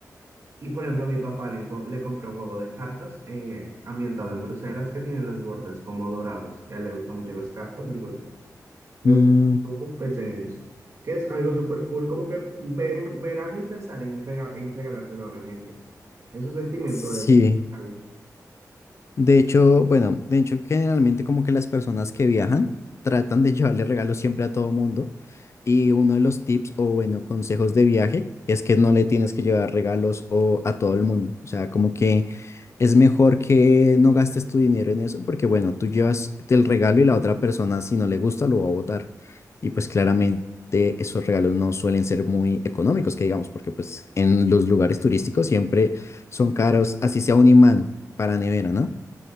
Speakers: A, on the right (about 50°); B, on the left (about 45°).
A: Y por ejemplo, a mi papá le, enco- le compré un juego de cartas eh, ambientado en Bruselas que tiene los bordes como dorados. A él le gustan mucho las cartas, entonces Los
B: Mm,
A: ves tú piensa en ellos. Que es algo súper cool, como que ver, ver algo y pensar en, rega- en regalárselo a una gente. Ese sentimiento
B: sí.
A: es genial.
B: De hecho, bueno, de hecho generalmente como que las personas que viajan tratan de <laughs> llevarle regalos siempre a todo mundo y uno de los tips o bueno, consejos de viaje es que no le tienes que llevar regalos o a todo el mundo, o sea, como que es mejor que no gastes tu dinero en eso porque bueno, tú llevas el regalo y la otra persona si no le gusta lo va a botar y pues claramente esos regalos no suelen ser muy económicos que digamos porque pues en los lugares turísticos siempre son caros, así sea un imán para nevera, ¿no?